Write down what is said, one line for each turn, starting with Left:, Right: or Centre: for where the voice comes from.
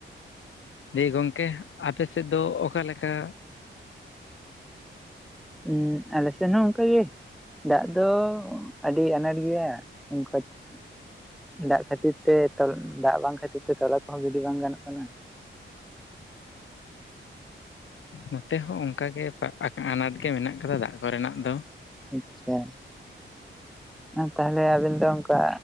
Left: ᱡᱮ ᱜᱚᱝᱠᱮ ᱟᱯᱮᱥᱮᱫ ᱫᱚ ᱚᱠᱟᱞᱮᱠᱟ᱾
Centre: ᱩᱸ ᱟᱞᱮᱥᱮᱱ ᱦᱚ ᱚᱱᱠᱟ ᱜᱮ᱾ ᱫᱟᱜ ᱫᱚ ᱟᱹᱰᱤ ᱟᱱᱟᱴ ᱜᱮᱭᱟ ᱾ ᱫᱟᱜ ᱠᱷᱟᱹᱛᱤᱨ ᱛᱮ ᱫᱟᱜ ᱵᱟᱝ ᱠᱷᱟᱹᱛᱤᱨ ᱛᱮ ᱛᱚᱞᱟ ᱠᱚᱦᱚᱸ ᱜᱤᱰᱤ ᱵᱟᱝ ᱜᱟᱱᱚᱜ ᱠᱟᱱᱟ᱾
Left: ᱱᱚᱛᱮ ᱦᱚᱸ ᱚᱱᱠᱟ ᱜᱮ ᱟᱱᱟᱴ ᱜᱮ ᱢᱮᱱᱟᱜ ᱠᱟᱫᱟ ᱫᱟᱜ ᱠᱚᱨᱮᱱᱟᱜ ᱫᱚ᱾
Centre: ᱟᱪᱪᱷᱟ ᱛᱟᱦᱚᱞᱮ ᱟᱵᱤᱱ ᱫᱚ ᱚᱱᱠᱟ